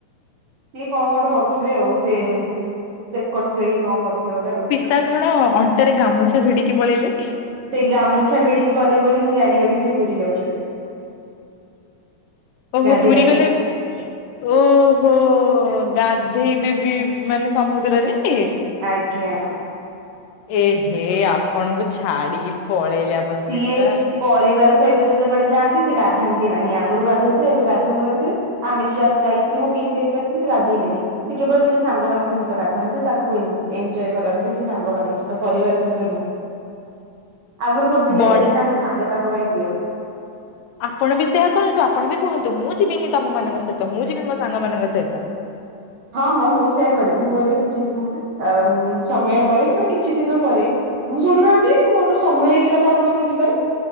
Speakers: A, on the right (about 60°); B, on the left (about 80°).
A: ସେ କଣ ଗୋଟେ କରୁଥିବେ ଆଉ, ସେ ଚେକ୍ କରୁଥିବେ କି କଣ କରୁଥିବେ ଗୋଟେ ଆଉ।
B: ତା କଣ ଅଣ୍ଟାରେ ଗାମୁଛା ଭିଡିକି ପଳେଇଲେ।
A: ସେ ଗାମୁଛା ଭିଡିକି ଗଲେ ବୋଲି, ମୁଁ ଜାଣିଗଲି ସେ ପୁରୀ ଯାଉଛନ୍ତି।
B: ଓ ହୋ
A: ଗାଧେଇବା
B: ପୁରୀ
A: ପାଇଁ।
B: ଗଲେ ଓ ହୋ ଗାଧେଇବେ ବି ମାନେ ସମୁଦ୍ରରେ କି!
A: ଆଜ୍ଞା।
B: ଏହେ ଆପଣଙ୍କୁ ଛାଡିକି ପଳେଇଲେ ଆପଣଙ୍କ ପିତା।
A: ଇଏ ପରିବାର ସହିତ ଯେତେବେଳେ ଯାଆନ୍ତି ସେ ଗାଧାନ୍ତି ନାହିଁ, ଆଗରୁ ଗାଧଉଥିଲେ ଏବେ ଗାଧଉନଥିବେ ଆମେ ଯୋଉ ଯାଇଥିଲୁ ମୋ ପିସିଘରିକା ଆସିଥିଲ, ସେ ଗଧେଇଲେନି। ସେ କେବଳ ନିଜ ସାଙ୍ଗମାନଙ୍କ ସହିତ ଗାଧାନ୍ତି, ତାଙ୍କୁ ଏନଜୟ କରନ୍ତି, ସେ ସାଙ୍ଗମାନଙ୍କ ସହିତ ପରିବାର ସହିତ ନୁହେଁ।
B: <inaudible>
A: ଆଗରୁ କରୁଥିଲେ।
B: ବଢିଆ
A: ଏବେ ତାଙ୍କ ସାଙ୍ଗ ତାଙ୍କ ପାଇଁ ପ୍ରିୟ।
B: ଆପଣ ବି ସେୟା କରନ୍ତୁ, ଆପଣ ବି କୁହନ୍ତୁ, ମୁଁ ଯିବିନି ତମ ମାନଙ୍କ ସହିତ, ମୁଁ ଯିବି ମୋ ସାଙ୍ଗମାନଙ୍କ ସହିତ।
A: ହଁ ମଁ, ମୁଁ ସେୟା କରିବି। ମୁଁ ଏବେ କିଛି ଯିବିନି ପା। ଆ ସମୟ କରେ, ମାନେ କିଛି ଦିନ କରେ, ମୁଁ ଶୁଣୁନାହାନ୍ତି ମୋର ସମୟ ହେଇଗଲା ବା ଆପଣଙ୍କର ଯିବାର?